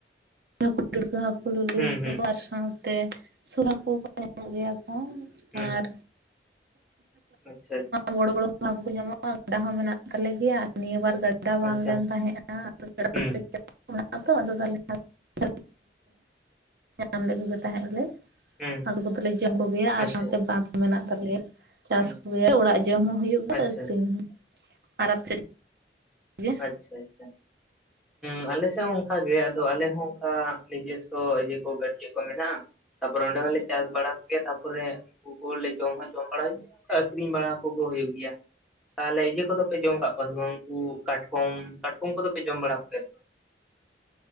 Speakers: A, on the right (about 60°); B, in the centre.
A: ᱦᱟᱹᱠᱩ ᱴᱩᱲᱠᱟᱹ ᱦᱟᱹᱠᱩ, ᱞᱩᱞᱤ
B: ᱦᱩᱸ
A: ᱦᱟᱹᱠᱩ
B: ᱦᱩᱸ
A: ᱠᱚ ᱟᱨ ᱥᱟᱶᱛᱮ ᱛᱮ ᱥᱳᱞ ᱦᱟᱹᱠᱩ ᱠᱚ ᱧᱟᱢᱚᱜ ᱜᱮᱭᱟ ᱠᱚ
B: ᱦᱩᱸ
A: ᱟᱨ
B: ᱟᱪᱪᱷᱟ ᱟᱪᱪᱷᱟ
A: ᱵᱚᱲᱚ ᱵᱚᱲᱚ ᱠᱚ ᱦᱟᱹᱠᱩ ᱠᱚ ᱧᱟᱢᱚᱜᱼᱟ ᱜᱟᱰᱟ ᱦᱚᱸ ᱢᱮᱱᱟᱜ ᱛᱟᱞᱮ ᱜᱮᱭᱟ ᱱᱤᱭᱟᱹ ᱵᱟᱨ ᱜᱟᱰᱟ ᱜᱟᱰᱟ ᱵᱟᱱ
B: ᱟᱪᱪᱷᱟ
A: ᱞᱮᱱ ᱛᱟᱦᱮᱸᱜᱼᱟ ᱟᱫᱚ
B: ᱦᱩᱸ
A: <inaudible> ᱛᱚ ᱟᱫᱚ ᱛᱟᱦᱟᱞᱮ <inaudible> ᱧᱟᱢ ᱞᱮᱫᱠᱚᱜᱮ ᱛᱟᱦᱮᱸᱫ ᱞᱮ
B: ᱦᱩᱸ
A: ᱦᱟᱹᱠᱩ ᱠᱚᱫᱚᱞᱮ ᱡᱚᱢ ᱠᱚᱜᱮᱭᱟ ᱟᱨ
B: ᱟᱪᱪᱷᱟ
A: ᱥᱟᱶᱛᱮ
B: ᱟᱪᱪᱷᱟ
A: ᱵᱟᱸᱫᱷ ᱢᱮᱱᱟᱜ ᱛᱟᱞᱮᱭᱟ ᱪᱟᱥ
B: ᱦᱩᱸ
A: ᱚᱸᱲᱟᱜ ᱡᱚᱢ ᱦᱚᱸ ᱦᱩᱭᱩᱜᱼᱟ
B: ᱟᱪᱪᱷᱟ
A: ᱟᱨ ᱟᱹᱠᱷᱨᱤᱧ ᱦᱚᱸ ᱟᱨ ᱟᱯᱮ ᱜᱮ
B: ᱟᱪᱪᱷᱟ ᱟᱪᱪᱷᱟ ᱦ ᱟᱞᱮᱥᱮᱫ ᱦᱚᱸ ᱚᱱᱠᱟ ᱜᱮ ᱟᱫᱚ ᱟᱞᱮ ᱦᱚᱸ ᱚᱱᱠᱟ ᱱᱤᱡᱚᱥᱥᱚ ᱤᱭᱟᱹ ᱠᱚ ᱜᱟᱹᱰᱭᱟᱹ ᱠᱚ ᱢᱮᱱᱟᱜᱼᱟ ᱛᱟᱯᱚᱨᱮ ᱚᱸᱰᱮ ᱦᱚᱞᱮ ᱪᱟᱥ ᱵᱟᱲᱟ ᱠᱮᱭᱟ ᱛᱟᱯᱚᱨᱮ ᱩᱱᱠᱩ ᱠᱚ ᱞᱮ ᱡᱚᱢ ᱦᱚ ᱡᱚᱢ ᱵᱟᱲᱟ ᱦᱩᱭᱱᱟ ᱟᱹᱠᱷᱨᱤᱧ ᱵᱟᱲᱟ ᱠᱚ ᱦᱩᱭᱩᱜ ᱜᱮᱭᱟ ᱛᱟᱦᱚᱞᱮ ᱤᱭᱟᱹ ᱠᱚᱫᱚ ᱯᱮ ᱡᱚᱢ ᱠᱟᱜ ᱯᱟᱥ ᱵᱟᱝ ᱩᱱᱠᱩ ᱠᱟᱴᱠᱚᱢ ᱠᱟᱴᱠᱚᱢ ᱠᱚᱫᱚ ᱯᱮ ᱡᱚᱢ ᱵᱟᱲᱟ ᱠᱚᱜᱮᱭᱟ ᱥᱮ ᱵᱟᱝ?